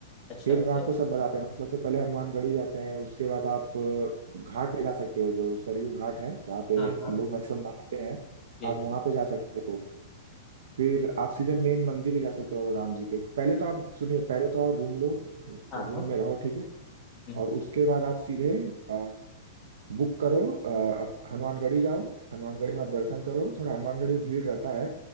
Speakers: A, on the left; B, on the right.
A: अच्छा
B: फिर
A: अच्छा
B: मैं आपको सब बताते हैं सबसे पहले हनुमानगढ़ी जाते हैं उसके बाद आप अ, घाट पे जा सकते हो जो सरयू घाट है जहाँ पे
A: हाँ हाँ
B: लोग मैक्सिमम नहाते हैं
A: बिल्कुल
B: आप वहाँ पे जा सकते हो फिर आप सीधे मेन मंदिर भी जा सकते हो राम जी के पहले तो आप सुनिए पहले तो आप रूम लो
A: हाँ
B: रूम
A: हाँ
B: में रहो ठीक है
A: हम्म,
B: और उसके बाद आप सीधे अ, बुक करो अ, आप हनुमानगढ़ी जाओ हनुमानगढ़ी में आप दर्शन करो थोड़ा हनुमानगढ़ी में भीड़ रहता है